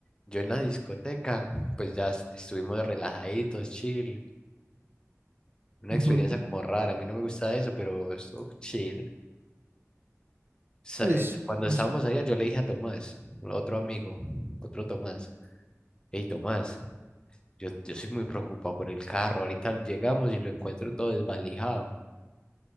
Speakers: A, on the left (about 15°); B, on the right (about 45°).
A: Yo en la discoteca, pues ya es- estuvimos relajaditos, chill. Una
B: Ujú,
A: experiencia como rara, a mí no me gusta eso, pero estuvo chill. Sa-
B: Pues,
A: eh, Cuando
B: no
A: estábamos
B: sé.
A: allá, yo le dije a Tomás, otro amigo, otro Tomás, hey Tomás, yo, yo soy muy preocupado por el carro, ahorita llegamos y lo encuentro todo desvalijado.